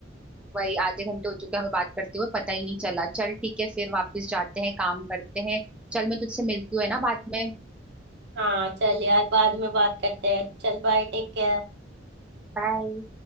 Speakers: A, in the centre; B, on the right.
A: वही आधे घंटे हो चुके हैं हमें बात करते हुए पता ही नहीं चला चल ठीक है फिर वापस जाते हैं काम करते हैं चल मैं तुझसे मिलती हूँ है ना बाद में
B: हाँ चल यार बाद में बात करते हैं चल बाय टेक केयर
A: बाय